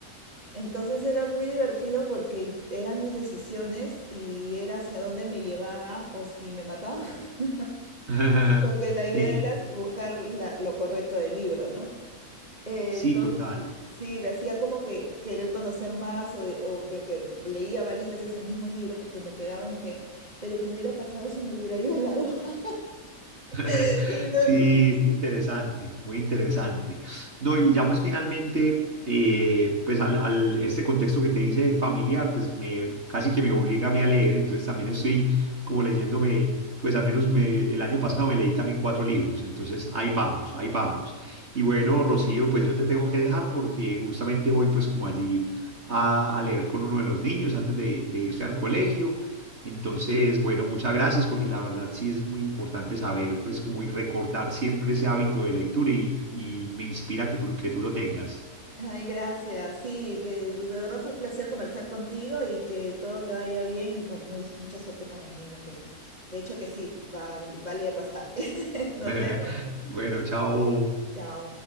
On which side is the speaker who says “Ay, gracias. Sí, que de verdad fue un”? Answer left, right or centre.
Right